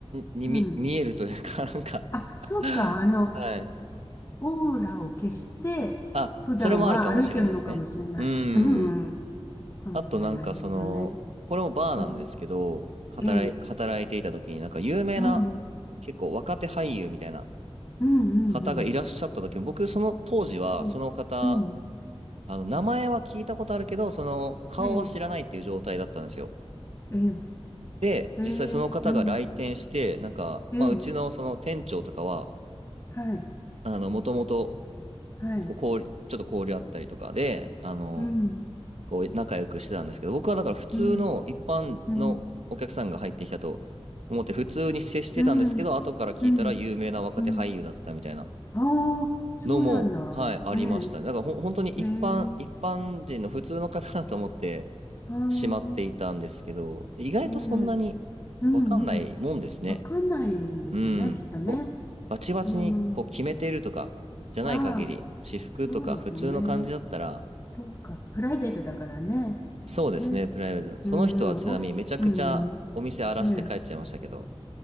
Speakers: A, on the right; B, on the left.
A: に見、
B: うん。
A: 見えるというか、<laughs> なんか
B: あ、そうか。
A: <laughs>
B: あの、
A: はい。
B: オーラを消して、
A: あ、
B: 普段は歩いてるのかもしれない。
A: それもあるかもしれないですね。うん。
B: うん、うん、かもしれないですよね。
A: あとなんかその、これもバーなんですけど、
B: うん、
A: 働い、
B: ええ、
A: 働いていた時になんか有名な、
B: うん、うん、
A: 結構若手俳優みたいな
B: うん、
A: 方がいらっしゃった時も、
B: うん、
A: 僕その当時はその方、
B: うん、うん
A: あの、名前は聞いたことあるけど、その顔は知らないっていう状態だったんですよ。
B: ええ、ええ、
A: で、実際その方が来店して、
B: ええ、うん、
A: なんか、
B: ええ、
A: まあうちのその店長とかは、
B: はい、
A: あの、もともと
B: はい、
A: こう交流、ちょっと交流あったりとかで、あの、
B: うん、
A: こう仲良くしてたんですけど、僕はだから普通の一般のお客さんが入ってきたと思って普通に接してたんですけど、
B: うん、うん、うん、
A: 後から聞いたら有名な若手俳優だったみたいな
B: うん、うん。ああ、そうなんだ。
A: のも、はい、ありましたね。
B: ええ、
A: だからほ本当に一般、
B: へえ、
A: 一般人の普通の方だと思って
B: ああ、
A: しまっていたんですけど、意外とそんなに
B: ええ、うん、
A: わかんないもんですね。
B: うん。わかんないんですよね、
A: うん。
B: きっとね。
A: こう、バチバチにこう決めてるとかじゃない限り、
B: うんうんああ、
A: 私服とか普通の感じだったら、
B: そうですね。そうか。プライベートだからね。
A: そうですね、
B: ね。
A: プライベート。その人はちなみにめちゃくちゃお店荒らして帰っちゃいましたけど。
B: うん、オフ、うん。ねえ、